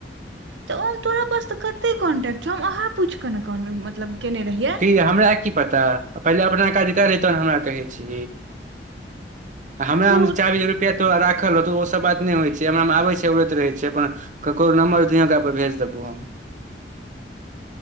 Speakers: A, on the right; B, on the right.
A: त हम तोरा पास त कते कॉन्टैक्ट छौ हम अहाँ पूछि के मतलब केने रहियै।
B: की हमरा की पता पहिले अपना काज कर तहन हमरा कहै छी। हमरा
A: तऽ तू
B: मे चाबी रुपैआ तोहर राखल रहतौ ओसभ बात नय होइ छै हमरा मे आबै छै उड़ैत रहै छै अपन ककरो नम्बर दिए ओकरा पर भेज देबौ हम